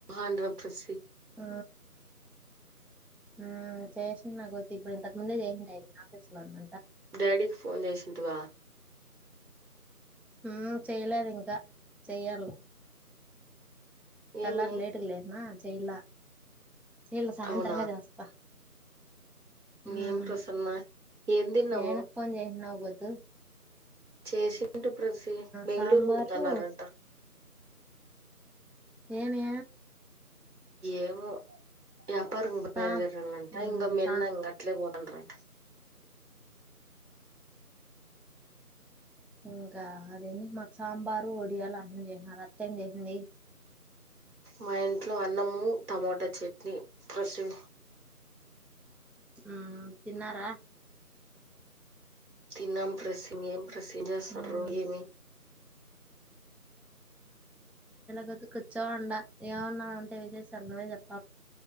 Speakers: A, on the right; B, in the centre.
A: అంగం ప్రస్సీ
B: ఆ ఉమ్ చేసిన్న గోతు ఇప్పుడు ఇంతకు ముందే చేసిండే ఆయ్ మ్మి ఆఫీస్ లో ఉన్న
A: డాడీకి ఫోన్ చేసిన్ టీవా
B: ఉమ్ చెయలేదు ఇంకా చెయ్యాల తెల్లారి
A: ఏమి
B: లేటుగ లేసినా చేయలా చేయల్ల సాయంత్రంగా
A: అవునా
B: చేస్త ఉమ్
A: ఏం ప్రసన్న ఏం తిన్నావు
B: మీ ఆయనకు ఫోన్ జేసిన్నావ్ గోతు
A: చేసిండు ప్రస్సి బెంగళూరు
B: సాంబారు
A: పోతన్నారంట
B: ఏమీ
A: ఏమో వ్యాపారం బయలుదేరాలంట
B: సా ఉమ్
A: ఇంగ మియ
B: సా
A: న్న ఇంగ అట్లే పోత్ అంట్రా ట
B: ఇంకా అదేమీ మాక్ సాంబారు ఒడియాలు అన్నం చేసినారు అత్త ఏమ్ చేసింది
A: మా ఇంట్లో అన్నము టమోటా చట్నీ ప్రస్సీ
B: ఊమ్ తిన్నారా
A: తిన్నాం ప్రస్సి ఇంగేమ్ ప్రస్సీ ఏం జెస్సండ్రు
B: ఉమ్
A: ఏమీ
B: గోతు కూర్చోండా ఏమన్నా ఉంటే విశేషాలు నువ్వే జెప్